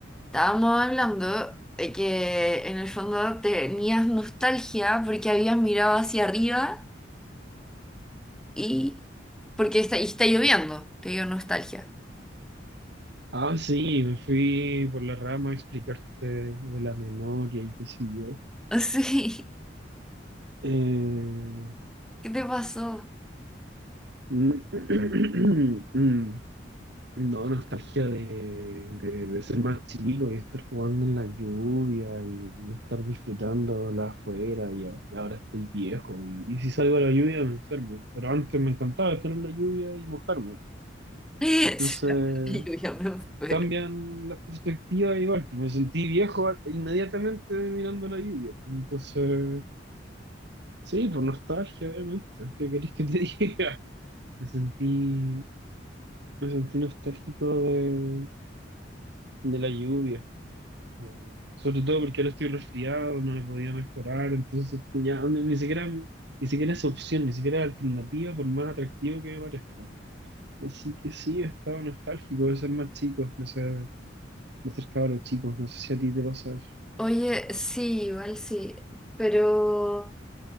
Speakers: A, in the centre; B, on the right (about 65°).
A: Estábamos hablando de que en el fondo tenías nostalgia porque habías mirado hacia arriba Y porque está, y está lloviendo, te dio nostalgia.
B: ah, sí, me fui por la rama a explicarte de la memoria y qué sé yo.
A: <laughs> Sí,
B: Eh,
A: ¿qué te pasó?
B: <clears throat> No, nostalgia de, de, de ser más chico y estar jugando en la lluvia y, y estar disfrutándola afuera y, a- y ahora estoy viejo y, y si salgo a la lluvia me enfermo. Pero antes me encantaba estar en la lluvia y mojarme.
A: <laughs> Sí,
B: Entonces
A: Yo ya me muero.
B: cambian las perspectivas igual, que me sentí viejo a- inmediatamente mirando la lluvia. Entonces, sí, por nostalgia, obviamente. ¿Qué querés que te <laughs> diga? Me sentí, me sentí nostálgico de, de la lluvia. Mm. Sobre todo porque ahora estoy resfriado, no me podía mejorar, entonces ya ni ni siquiera, ni siquiera es opción, ni siquiera es alternativa, por más atractivo que me parezca. Así que sí, he estado nostálgico de ser más chico, de ser, de ser cabros chicos, no sé si a ti te pasa eso.
A: Oye, sí, igual sí, pero